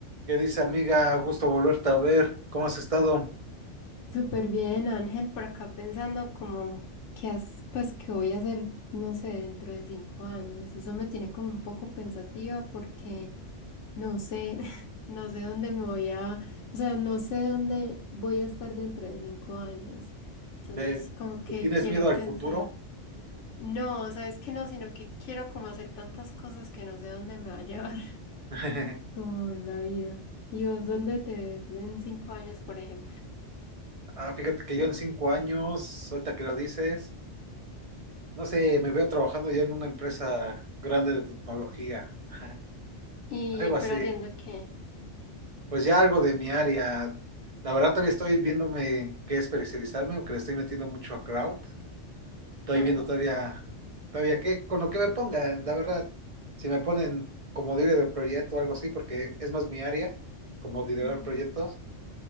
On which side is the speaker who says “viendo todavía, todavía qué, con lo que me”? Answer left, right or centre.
Right